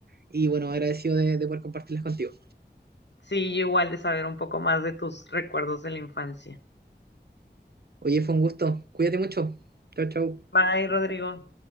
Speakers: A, on the right; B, on the left.
A: Y bueno, agradecido de, de poder compartirlas contigo.
B: sí, igual de saber un poco más de tus recuerdos de la infancia.
A: Oye, fue un gusto. Cuídate mucho. Chau, chau.
B: Bye, Rodrigo.